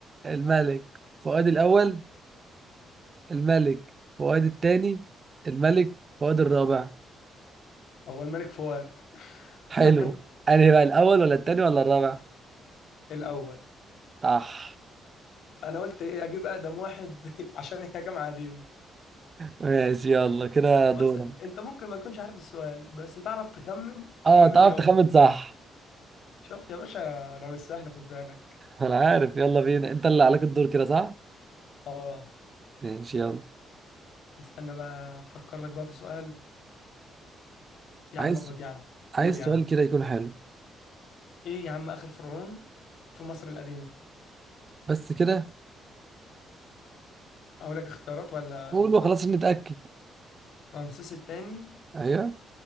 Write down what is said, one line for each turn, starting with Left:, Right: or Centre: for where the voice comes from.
Right: الملك فؤاد الأول الملك فؤاد الثاني الملك فؤاد الرابع
Left: اول ملك فؤاد
Right: حلو
Left: <laughs>
Right: أنهي بقى الأول ولا الثاني ولا الرابع
Left: الاول
Right: صح
Left: انا قلت ايه اجيب اقدم واحد <laughs> عشان هي جامعه قديمه
Right: ماشي يلا كده
Left: بص
Right: دورك
Left: انت ممكن ما تكونش عارف السؤال بس تعرف تخمن
Right: اه
Left: تجيب
Right: تعرف
Left: الاجابه
Right: تخمن
Left: صح.
Right: صح
Left: شوف يا باشا انا مش سهل خد بالك
Right: أنا عارف يلا بينا أنت اللي عليك الدور كده صح
Left: اه
Right: ماشي يلا
Left: استنى بقى افكر لك بقى في سؤال يا
Right: عايز
Left: عم خد يا عم
Right: عايز
Left: قول يا عم
Right: سؤال كده يكون حلو
Left: ايه يا عم اخر فرعون في مصر القديمه
Right: بس كده
Left: اقول لك اختيارات ولا
Right: قول وخلاص عشان نتأكد
Left: رمسيس الثاني
Right: أيوه